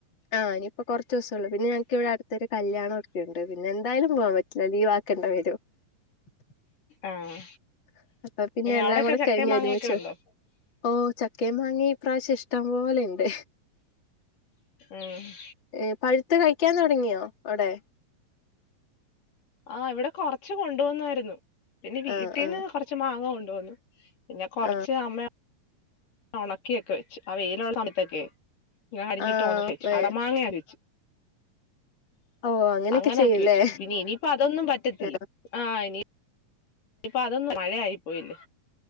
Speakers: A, on the left; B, on the left.
A: ആഹ് ഞ്‌പ്പ കൊർചൂസൊള്ളു പിന്നെ ഞങ്ങക്കിവിടെ അടുത്തൊരു കല്യാണൊക്കെണ്ട് പിന്നെ എന്തായാലും പോവാൻ പറ്റൂല ലീവാക്കേണ്ടി വരും. <unintelligible>
B: ആഹ്
A: പ്പൊ പിന്നെ എല്ലാം
B: അവിടെക്കെ
A: കൂടെ
B: ചക്കയും
A: കഴിഞ്ഞു
B: മാങ്ങയൊക്കെ
A: ഒരുമിച്ചോ
B: ഉണ്ടോ
A: ഓഹ് ചക്കയും മാങ്ങയും ഇപ്രാവശ്യം ഇഷ്ടം പോലെണ്ട്
B: എഹ്
A: ഏ പഴുത്ത് കഴിക്കാൻ തുടങ്ങിയോ അവിടെ?
B: ആഹ് ഇവിടെ കുറച്ച് കൊണ്ട് വന്നായിരുന്നു പിന്നെ വീട്ടീന്ന്
A: ആ ആ
B: കൊറച്ച് മാങ്ങ കൊണ്ട് വന്നു പിന്നെ കുറച്ച്
A: ആ
B: അം ഉണക്കിയൊക്കെ വെച്ച് ആഹ് വെയിലുള്ള സമയത്തൊക്കെ ഞാൻ അരിഞ്ഞിട്ട്
A: ആ
B: ഉണക്കി വെച്ച്
A: ഏ
B: അടമങ്ങയൊക്കെ അരിഞ്ഞു വെച്ച്
A: ഓ അങ്ങനെയൊക്കെ
B: അങ്ങനെയാക്കി
A: ചെയ്യൂലേ
B: വെച്ചു പിന്നെ ഇനിയിപ്പോ അതൊന്നും പറ്റത്തില്ല
A: ആ
B: ആഹ് ഇനി പ്പൊ അതൊന്നും മഴയായി പോയില്ലേ